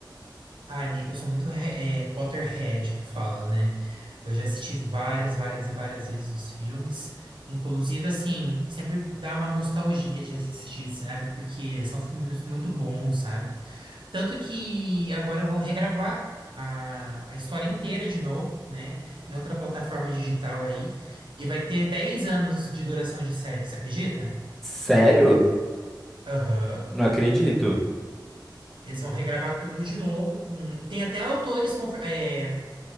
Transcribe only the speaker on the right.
ai, amigo, eu sou muito re- é, Potterhead que fala, né? Eu já assisti várias, várias e várias vezes os filmes. Inclusive, assim, sempre dá uma nostalgia de assistir, sabe? Porque são filmes muito bons, sabe? Tanto que agora vão regravar a, a história inteira de novo, né? Em outra plataforma digital aí. E vai ter 10 anos de duração de série, você acredita?
Aham.
Eles vão regravar tudo de novo. com- Tem até autores, confir- é,